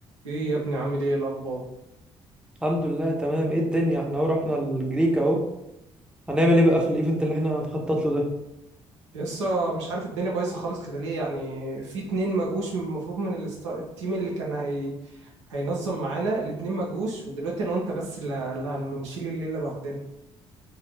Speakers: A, on the right (about 80°); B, in the centre.
A: ايه يا ابني عامل ايه إيه الاخبار
B: الحمد لله تمام ايه الدنيا احنا اهو رحنا الجريك اهو هنعمل ايه بقى في الايفنت اللي احنا هنخطط له ده
A: لسه مش عارف الدنيا بايظه خالص كده ليه يعني في اتنين ما جوش من- المفروض من الاست... التيم اللي كان هي... هينظم معانا الاتنين ما جوش ودلوقتي انا وانت بس اللي, ه- اللي هنشيل الليله لوحدنا